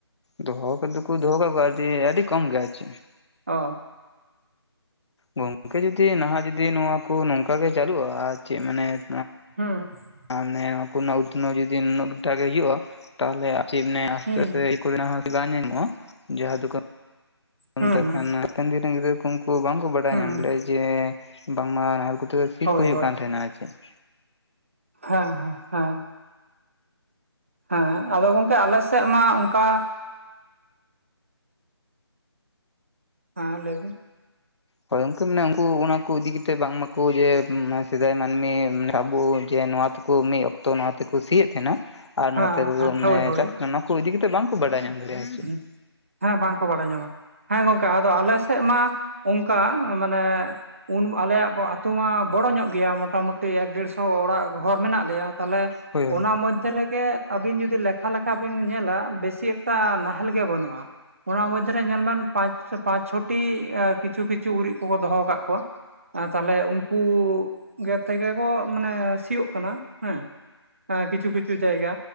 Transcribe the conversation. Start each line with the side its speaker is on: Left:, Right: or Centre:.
Left: ᱫᱚᱦᱚ ᱠᱟ ᱫᱚ ᱠᱚ ᱫᱚᱦᱚ ᱠᱟᱜ ᱠᱚᱣᱟ ᱟᱨᱠᱤ ᱟᱹᱰᱤ ᱠᱚᱢ ᱜᱮᱭᱟ ᱟᱨ ᱪᱮᱫ ᱾
Right: ᱚ ᱾
Left: ᱜᱚᱝᱠᱮ ᱡᱩᱫᱤ ᱱᱟᱦᱟᱜ ᱡᱩᱫᱤ ᱱᱚᱣᱟ ᱠᱚ ᱱᱚᱝᱠᱟᱜᱤ ᱪᱟᱹᱞᱩᱜᱼᱟ ᱪᱮᱫ ᱢᱟᱱᱮ ᱾
Right: ᱦᱩᱸ ᱾
Left: ᱟᱨᱟᱱᱮ ᱱᱚᱣᱟ ᱠᱚ ᱨᱮᱱᱟᱜ ᱩᱛᱱᱟᱹᱣ ᱡᱩᱫᱤ ᱱᱩᱱᱟᱹᱜ ᱜᱴᱟᱜ ᱜᱮ ᱦᱳᱭᱳᱜᱼᱟ ᱛᱟᱦᱚᱞᱮ ᱟᱨᱤ ᱢᱮ ᱟᱥᱛᱮ-ᱟᱥᱛᱮ
Right: ᱦᱩᱸ
Left: ᱾ ᱱᱟᱜ ᱦᱚᱸ ᱵᱟᱝ ᱧᱟᱢᱚᱜᱼᱟ ᱡᱟᱦᱟᱸ ᱫᱚ ᱾
Right: ᱦᱩᱸ
Left: ᱢᱮᱛᱮᱱ
Right: ᱦᱩᱸ
Left: ᱠᱷᱟᱱ ᱱᱟ ᱛᱟ. ᱝᱜᱤ -ᱛᱟ. ᱝᱜᱤ ᱩᱱᱠᱩ ᱵᱟᱭᱝᱠᱚ ᱵᱟᱰᱟᱭ
Right: ᱦᱩᱸ
Left: ᱧᱟᱢ ᱞᱮᱭᱟ ᱡᱮ ᱵᱟᱝᱢᱟ ᱱᱟᱦᱮᱞ ᱠᱚᱛᱮ ᱾ ᱴᱷᱤᱠ
Right: ᱦᱳᱭ
Left: ᱠᱚ ᱦᱩᱭᱩᱜ ᱠᱟᱱ ᱛᱟᱸᱦᱮᱱᱟ ᱟᱨ ᱪᱮᱫ ᱾
Right: ᱦᱮᱸᱻᱦᱮᱸ ᱾ ᱦᱮᱸ ᱟᱫᱚ ᱜᱚᱝᱠᱮ ᱟᱮᱞ ᱥᱮᱫ ᱢᱟ ᱚᱱᱠᱟ ᱾ ᱦᱮᱸ ᱞᱟᱹᱭᱵᱤᱱ ᱾
Left: ᱦᱳᱭ ᱜᱚᱝᱠᱮ ᱢᱟᱱᱮ ᱩᱱᱠᱩ ᱚᱱᱟ ᱠᱚ ᱤᱫᱤ ᱠᱟᱛᱮᱫ ᱵᱟᱝᱢᱟᱠᱚ ᱡᱮ ᱥᱮᱫᱟᱭ ᱢᱟᱹᱱᱢᱤ ᱟᱵᱚ ᱡᱮ ᱱᱚᱣᱟ ᱾ ᱢᱤᱫ ᱚᱠᱛᱚ ᱱᱚᱣᱟ ᱛᱮᱠᱚ ᱥᱤᱭᱮᱫ ᱛᱟᱦᱮᱸᱱᱟ ᱟᱨ
Right: ᱦᱮᱸ
Left: ᱱᱚᱣᱟᱛᱮ
Right: ᱦᱮᱸ
Left: ᱢᱟᱱᱮ
Right: ᱦᱳᱭ ᱦᱳᱭ
Left: ᱪᱟᱥ ᱾ ᱠᱚ ᱤᱫᱤ ᱠᱟᱛᱮᱫ ᱵᱟᱝ ᱠᱚ ᱵᱟᱰᱟᱭ ᱧᱟᱢ ᱫᱟᱲᱮᱭᱟᱜᱼᱟ ᱟᱨ ᱪᱮᱫ
Right: ᱦᱩᱸ
Left: ᱾
Right: ᱦᱮᱸ ᱵᱟᱝ ᱠᱚ ᱵᱟᱲᱟᱭ ᱧᱟᱢᱟ ᱦᱮᱸ ᱜᱚᱝᱠᱮ ᱟᱫᱚ ᱟᱞᱮ ᱥᱮᱫ ᱢᱟ ᱚᱱᱠᱟ ᱢᱟᱱᱮ ᱾ ᱩᱱ ᱟᱞᱮᱭᱟᱜ ᱟ. ᱛᱳ ᱢᱟ ᱵᱚᱲᱚ ᱧᱚᱜ ᱜᱮᱭᱟ ᱢᱚᱴᱟᱢᱩᱴᱤ ᱮᱠ ᱰᱮᱲᱥᱚ ᱚᱲᱟᱜ ᱜᱷᱚᱨ ᱢᱮᱱᱟᱜ ᱞᱮᱭᱟ ᱾ ᱛᱟᱦᱚᱞᱮ
Left: ᱦᱳᱭ ᱦᱳᱭ
Right: ᱚᱱᱟ ᱢᱚᱫᱽᱫᱷᱮ ᱨᱮᱜᱮ ᱟᱹᱵᱤᱱ ᱡᱩᱫᱤ ᱞᱮᱠᱷᱟ-ᱞᱮᱠᱷᱟ ᱵᱤᱱ ᱧᱮᱞᱟ ᱵᱮᱥᱤᱠ ᱾ ᱮᱴᱟ ᱱᱟᱦᱮᱞ ᱜᱮ ᱵᱟᱹᱱᱩᱜᱼᱟ ᱾ ᱚᱱᱟ ᱢᱚᱫᱽᱫᱷᱮᱨᱮ ᱧᱮᱞᱢᱮᱱ ᱯᱟᱸᱪ, ᱪᱷᱚᱴᱤ ᱠᱤᱪᱷᱩ-ᱠᱤᱪᱷᱩ ᱩᱨᱤᱡ ᱠᱚᱠᱚ ᱫᱚᱦᱚ ᱟᱠᱟᱫ ᱠᱚᱣᱟ ᱾ ᱛᱟᱦᱚᱞᱮ ᱩᱱᱠᱩ ᱜᱮᱫ ᱛᱮᱜᱮ ᱠᱚ ᱢᱟᱱᱮ ᱥᱤᱭᱳᱜ ᱠᱟᱱᱟ ᱦᱮᱸ ᱾ ᱠᱤᱪᱷᱩ-ᱠᱤᱪᱷᱩ ᱡᱟᱭᱜᱟ